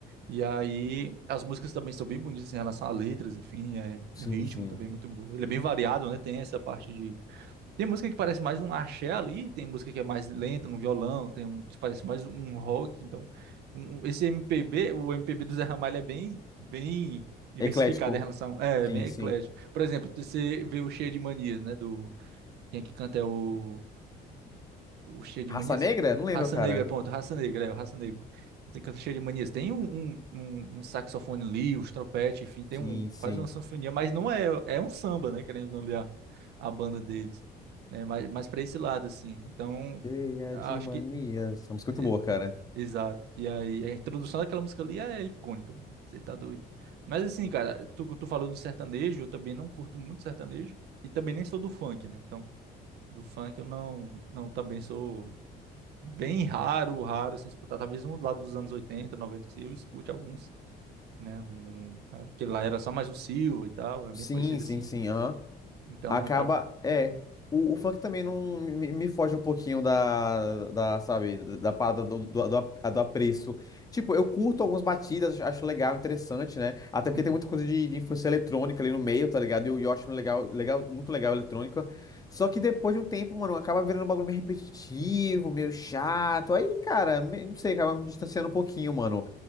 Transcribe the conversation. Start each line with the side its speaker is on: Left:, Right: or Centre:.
Right: E aí, as músicas também são bem bonitas assim, em relação a letras, enfim. É,
Left: Sim,
Right: o ritmo
Left: sim.
Right: também é muito bom. Ele é bem variado, né? Tem essa parte tem música que parece mais um axé ali, tem música que é mais lenta no violão, tem um que parece mais um rock, então um- um- esse MPB, o MPB do Zé Ramalho é bem bem diversificado
Left: Eclético.
Right: em relação, é,
Left: Sim,
Right: bem eclético.
Left: sim.
Right: Por exemplo, você vê o Cheio de Manias, né, do quem é que canta é o o cheio de
Left: Raça
Right: manisca?
Left: Negra? Não lembro,
Right: Raça
Left: cara.
Right: Negra, pronto, Raça Negra, é, o Raça Negra. Tem canto cheio de manias. Tem um, um, um, um saxofone ali, uns trompete, enfim, tem
Left: Sim,
Right: um,
Left: sim.
Right: quase uma sinfonia, mas não é, é um samba, né? Querendo ou não olhar a a banda deles, né? Mas, mas para esse lado, assim. Então,
Left: Cheia
Right: acho
Left: de manias.
Right: que.
Left: Essa música é muito
Right: e-
Left: boa, cara.
Right: Exato. E aí, a introdução daquela música ali é icônica. velho. Você tá doido. Mas assim, cara, tu, tu falou do sertanejo, eu também não curto muito sertanejo. E também nem sou do funk, né? Então, do funk eu não, não também sou Bem raro, raro assim escutar. Talvez um lá dos anos 80 90 assim, eu escute alguns, né? Um, um, aquele lá era só mais um Silva e tal, é bem
Left: Sim,
Right: conhecido
Left: sim,
Right: assim.
Left: sim. Aham.
Right: Então,
Left: Acaba.
Right: eu tava...
Left: É. O, o funk também não me, me foge um pouquinho da, da, sabe, da parada do, do, do, a- do apreço. Tipo, eu curto algumas batidas, acho acho legal, interessante, né? Até porque
Right: Uhum,
Left: tem muita coisa de, de influência eletrônica ali no meio, tá ligado? E eu, eu acho um legal, legal, muito legal a eletrônica. Só que depois de um tempo, mano, acaba virando um bagulho meio repetitivo, meio chato. Aí, cara, me- não sei, acaba me distanciando um pouquinho, mano.